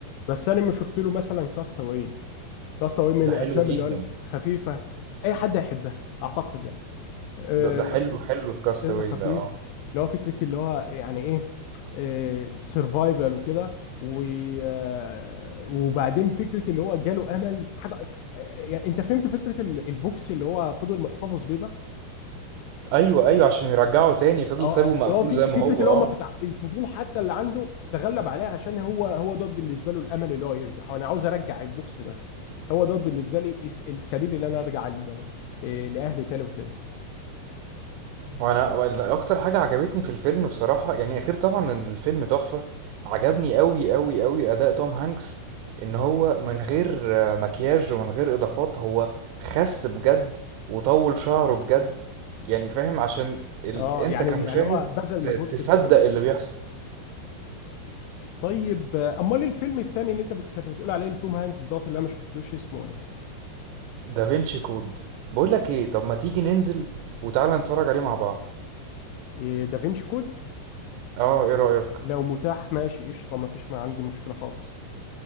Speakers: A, on the left; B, on the right.
A: بس انا ما شفت له مثلا كاستاوي كاستاوي من
B: ده
A: الافلام
B: حلو جدا
A: اللي هو الخفيفه اي حد هيحبها اعتقد يعني آه،
B: ده, ده حلو حلو الكاستاوي
A: فيلم خفيف
B: ده اه
A: اللي هو فكرة اللي هو يعني ايه سرفايفل وكده و- آه، وبعدين فكرة اللي هو جاله امل حاجة آه، يعني انت فهمت فكرة ال- البوكس اللي هو فضل محتفظ بيه بقى
B: ايوه ايوه عشان يرجعه تاني فضل
A: اه
B: سايبه
A: آه،
B: مقفول
A: اللي هو في
B: زي ما
A: فكرة
B: هو
A: اللي
B: اه
A: هو ما فتح الفضول حتى اللي عنده تغلب عليه عشان هو هو دوت بالنسبة له الامل اللي هو يرجع وانا عاوز ارجع البوكس ده هو دوت بالنسبة لي الس- السبيل اللي انا ارجع ل- آه، لاهلي تاني وكده
B: وانا وأنا اكتر حاجه عجبتني في الفيلم بصراحه يعني غير طبعا ان الفيلم تحفه عجبني قوي قوي قوي اداء توم هانكس ان
A: اه
B: هو من غير آه، مكياج ومن غير اضافات هو خس بجد وطول شعره بجد يعني فاهم عشان ال...
A: آه،
B: انت
A: يعني
B: كمشاهد
A: يعني هو بذل
B: ت...
A: مجهود
B: تصدق
A: في الدور
B: اللي بيحصل
A: طيب آه، امال إيه الفيلم التاني اللي انت بت- كنت بتقول عليه لتوم هانكس دوت اللي انا ما شفتوش اسمه ايه؟
B: دافينشي كود بقول لك ايه طب ما تيجي ننزل وتعالى نتفرج عليه مع بعض
A: إيه دافينشي كود؟
B: اه ايه رأيك
A: لو متاح ماشي قشطه ما فيش ما عندي مشكله خالص